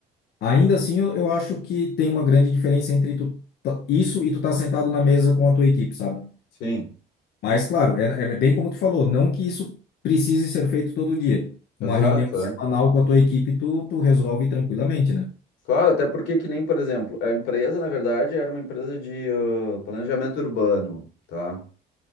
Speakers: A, on the left (about 75°); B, on the left (about 85°).
A: Ainda assim, eu, eu acho que tem uma grande diferença entre tu, tá- isso e tu tá sentado na mesa com a tua equipe, sabe?
B: Sim,
A: Mas, claro, é, é bem como tu falou, não que isso precise ser feito todo dia. Uma
B: exato,
A: reunião semanal
B: é.
A: com a tua equipe, tu, tu resolve tranquilamente, né?
B: Claro, até porque que nem, por exemplo, a empresa, na verdade, era uma empresa de ah, planejamento urbano, tá?